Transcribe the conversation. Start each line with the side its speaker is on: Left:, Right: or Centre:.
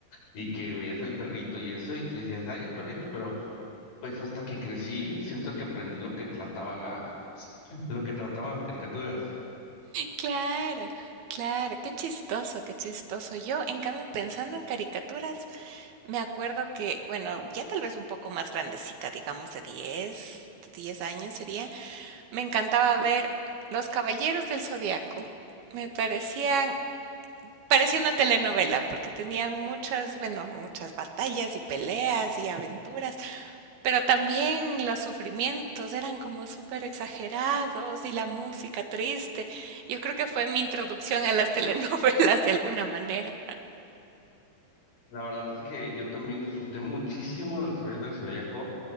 Left: Y que veías el perrito y eso y te decías, ay, el perrito, pero Pues hasta que crecí, siento que aprendí lo que trataba la, <laughs> lo que trataban las caricaturas.
Right: Claro, claro, qué chistoso, qué chistoso. Yo, en cambio, pensando en caricaturas, me acuerdo que, bueno, ya tal vez un poco más grandecita, digamos de diez diez años sería. Me encantaba ver Los Caballeros del Zodiaco. Me parecían, parecía una telenovela porque tenían muchas, bueno, muchas batallas y peleas y aventuras, pero también los sufrimientos eran como súper exagerados y la música triste. Yo creo que fue mi introducción a las <laughs> telenovelas de alguna manera.
Left: La verdad es que yo también disfruté muchísimo de los Caballeros del Zodíaco.